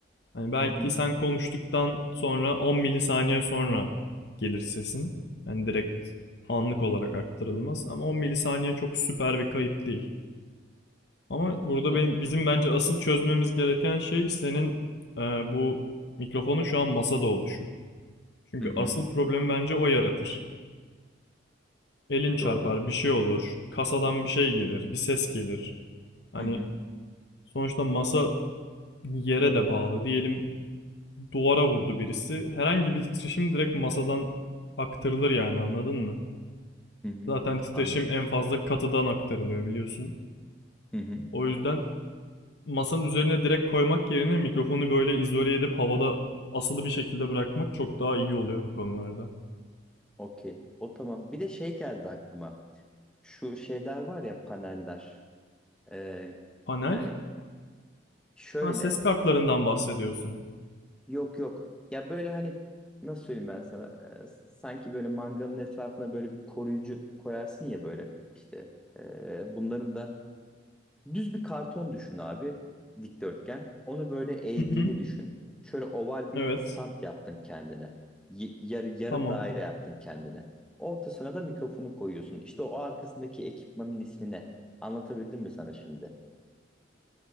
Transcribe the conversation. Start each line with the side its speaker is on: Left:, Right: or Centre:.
Left: Hani belki
Centre: Hı hı.
Left: sen konuştuktan sonra 10 milisaniye sonra gelir sesin. Yani direkt anlık olarak aktarılmaz ama 10 milisaniye çok süper bir kayıp değil. Ama
Centre: Ben
Left: burada
Centre: doğru.
Left: benim, bizim bence asıl çözmemiz gereken şey senin e, bu mikrofonun şu an masada oluşu. Çünkü
Centre: Hı hı.
Left: asıl problemi bence o yaratır. Elin çarpar,
Centre: Doğru.
Left: bir şey olur, kasadan bir şey gelir, bir ses gelir. Hani
Centre: Hı hı.
Left: sonuçta masa yere de bağlı. Diyelim duvara vurdu birisi. Herhangi bir titreşim direkt masadan aktarılır yani anladın mı?
Centre: Hı hı.
Left: Zaten titreşim
Centre: Anladım.
Left: en fazla katıdan aktarılıyor biliyorsun.
Centre: Hı hı.
Left: O yüzden masanın üzerine direkt koymak yerine mikrofonu böyle izole edip havada asılı bir şekilde bırakmak çok daha iyi oluyor bu konularda.
Centre: Okey. O tamam. Bir de şey geldi aklıma. Şu şeyler var ya paneller. Ee,
Left: Panel?
Centre: yani şöyle
Left: Ha ses kartlarından bahsediyorsun.
Centre: yok yok. Ya böyle hani nasıl söyleyeyim ben sana? Ee, s- sanki böyle mangalın etrafına böyle bir koruyucu koyarsın ya böyle işte. Ee, bunların da Düz bir karton düşün abi. Dikdörtgen. Onu böyle eğdiğini
Left: Hı hı.
Centre: düşün. Şöyle oval bir
Left: Evet.
Centre: stand yaptın kendine. Y- yarı, yarım
Left: Tamam.
Centre: daire yaptın kendine. Ortasına da mikrofonu koyuyorsun. İşte o arkasındaki ekipmanın ismi ne? Anlatabildim mi sana şimdi?